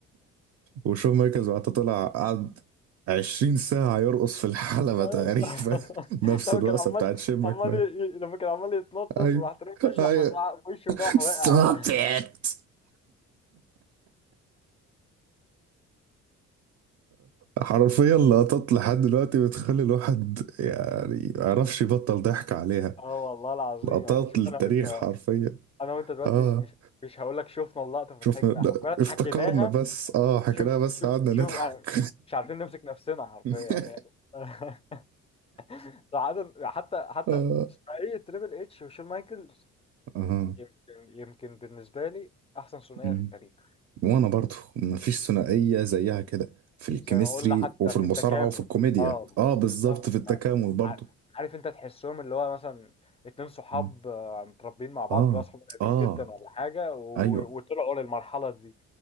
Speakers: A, on the right (about 50°); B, on the left (about 20°).
A: وشون مايكلز بعد طلع قعد 20 ساعة يرقص في الحلبة
B: ايوه
A: تقريبا <laughs> نفس
B: لما
A: الرقصة
B: كان عمال
A: بتاعت شين ماكمان
B: عمال ي... ي- لما كان عمال يتنطط
A: ايوه
B: وراح ترمي اشرح
A: ايوه
B: مزعق في وشه وراح
A: ستوب
B: واقع
A: ات
B: <laughs>
A: حرفيا لقطات لحد دلوقتي بتخلي الواحد يعني ما يعرفش يبطل ضحك عليها
B: اه والله العظيم
A: لقطات
B: يعني شوف
A: للتاريخ
B: انا وانت
A: حرفيا
B: انا وانت دلوقتي
A: اه
B: مش مش هقول لك شفنا اللقطه فضحكنا
A: شفنا لا
B: احنا كنا
A: افتكرنا
B: حكيناها
A: بس اه حكيناها
B: شوف
A: بس
B: شوف
A: قعدنا
B: شوف
A: نضحك
B: آه، مش عارفين نمسك نفسنا حرفيا
A: <laughs>
B: يعني <laughs> ساعات حتى حتى
A: اه
B: ثنائية تريبل اتش وشون مايكلز
A: اه
B: يمكن يمكن بالنسبة لي أحسن ثنائية
A: أمم.
B: في التاريخ
A: وانا برضو مفيش ثنائية زيها كده في الكيمستري
B: زي ما قلنا حتى
A: وفي المصارعة
B: في التكامل
A: وفي الكوميديا
B: اه
A: اه بالظبط
B: بالظبط
A: في التكامل
B: ما-
A: برضو
B: ع- عارف انت تحسهم اللي هو مثلا اتنين صحاب
A: أمم.
B: آه، متربيين مع بعض
A: اه
B: اللي هو صحاب قريبين
A: اه
B: جدا ولا حاجة و-
A: ايوه
B: وطلعوا للمرحلة دي